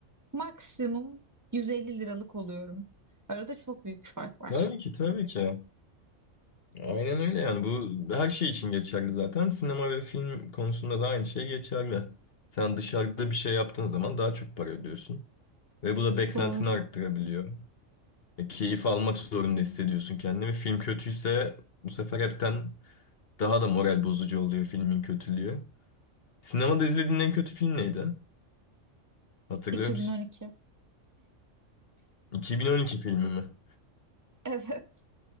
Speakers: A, on the right (about 15°); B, on the left (about 50°).
A: maksimum 150 liralık oluyorum. Arada çok büyük bir fark var.
B: Tabii ki, tabii ki. Aynen öyle yani. Bu her şey için geçerli zaten. Sinema ve film konusunda da aynı şey geçerli. Sen dışarıda bir şey yaptığın zaman daha çok para ödüyorsun. Ve bu da beklentini
A: Doğru.
B: arttırabiliyor. E, keyif almak zorunda hissediyorsun kendini. Ve film kötüyse bu sefer hepten daha da moral bozucu oluyor filmin kötülüğü. Sinemada izlediğin en kötü film neydi? Hatırlıyor
A: 2012.
B: musun? 2012 filmi mi?
A: Evet.